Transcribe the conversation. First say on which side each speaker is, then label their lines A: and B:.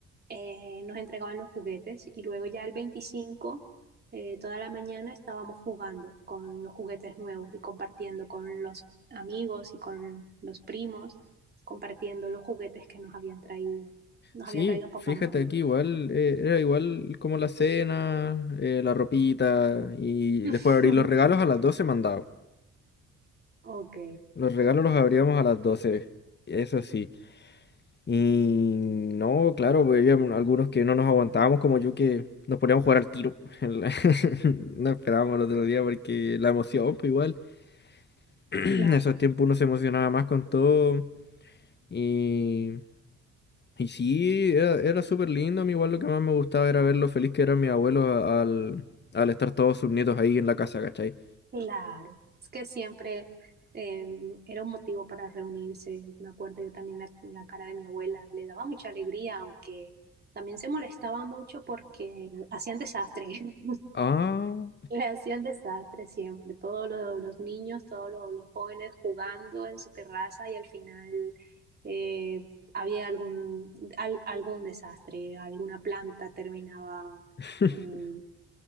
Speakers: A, on the right; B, on the left.
A: eh, nos entregaban los juguetes y luego ya el 25 eh, toda la mañana estábamos jugando con los juguetes nuevos y compartiendo con los amigos y con los primos, compartiendo los juguetes que nos habían traído, nos
B: Sí,
A: había traído Papá
B: fíjate
A: Ah, Noel.
B: aquí igual, eh, era igual como la cena, eh, la ropita y
A: <laughs>
B: después abrir los regalos a las 12 mandado.
A: Ok,
B: Los regalos los abríamos a las 12, eso sí. Y no, claro, porque había algunos que no nos aguantábamos, como yo, que nos poníamos a jugar al tiro. <laughs> en la- <laughs> No esperábamos el otro día porque la emoción, pues igual. <clears throat> En
A: claro.
B: esos tiempos uno se emocionaba más con todo. Y, y sí, era, era súper lindo. A mí igual lo que más me gustaba era ver lo feliz que eran mis abuelos a- al, al estar todos sus nietos ahí en la casa, ¿cachai?
A: Claro, es que siempre eh, era un motivo para reunirse. Me acuerdo yo también la, la cara de mi abuela, le daba mucha alegría, aunque también se molestaba mucho porque hacían desastre, <laughs>
B: Ah,
A: le hacían desastre siempre. Todos lo- los niños, todos lo- los jóvenes jugando en su terraza y al final eh, había algún, al- algún desastre, alguna planta terminaba
B: <laughs>
A: mm,